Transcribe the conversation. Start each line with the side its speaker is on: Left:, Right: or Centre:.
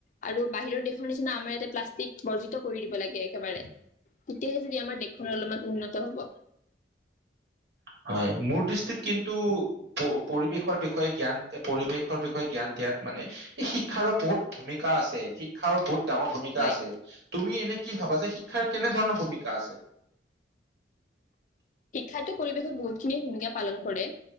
Left: আৰু বাহিৰৰ দেশৰ নিচিনা আমাৰ ইয়াতে প্লাষ্টিক বৰ্জিত কৰি দিব লাগে। একেবাৰে, তেতিয়াহে যদি আমাৰ দেশখন অলপমান উন্নত হ'ব।
Right: হয়', মোৰ দৃষ্টিত কিন্তু পৰিৱেশৰ বিষয়ে জ্ঞান, পৰিৱেশৰ বিষয়ে জ্ঞান দিয়াত মানে শিক্ষাৰো বহুত ভূমিকা আছে, শিক্ষাৰ বহুত ডাঙৰ ভূমিকা
Left: হয়
Right: আছে, তুমি এনে কি ভাবা যে শিক্ষাৰ কেনে ধৰণৰ ভূমিকা আছে?
Left: শিক্ষাটো পৰিৱেশত বহুত খিনিয়ে ভূমিকা পালন কৰে।